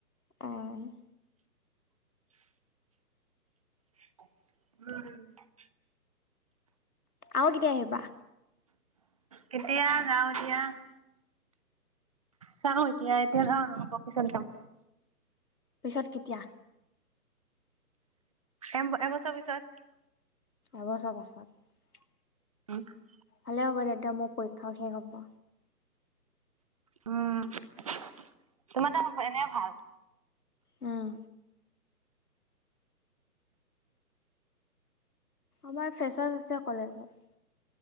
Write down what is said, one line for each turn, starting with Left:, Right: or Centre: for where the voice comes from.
Left: অ'।
Right: উম।
Left: আৰু কেতিয়া আহিবা?
Right: কেতিয়া যাওঁ এতিয়া চাওঁ এতিয়া এতিয়া যাওঁ নহ'ব কিচোন যাওঁ।
Left: পিছত কেতিয়া‌?
Right: এ এবছৰ পিছত।
Left: এবছৰ পাছত।
Right: <inaudible>
Left: ভালে হ'ব তেতিয়া মোৰ পৰীক্ষাও শেষ হ'ব।
Right: উম তোমাৰ তাত এনেও ভাল।
Left: উম আমাৰ ফেচছ আছে কলেজত।